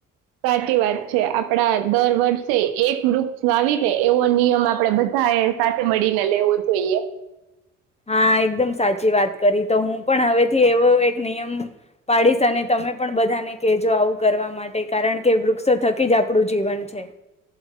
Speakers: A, on the right; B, on the left.
A: સાચી વાત છે, આપડા દર વર્ષે એક વૃક્ષ લાવી, ને એવો નિયમ આપડે બધા ધાયે સાથે, મળીને લેવો જોઈએ
B: હા, એકદમ સાચી વાત કરી તો હું, પણ હવેથી એવો એક નિયમ પાડીશ. અને તમે પણ બધાને કેજો આવું કરવા માટે ટે કારણ કે વૃક્ષો થકી, જ આપણું જીવન છે.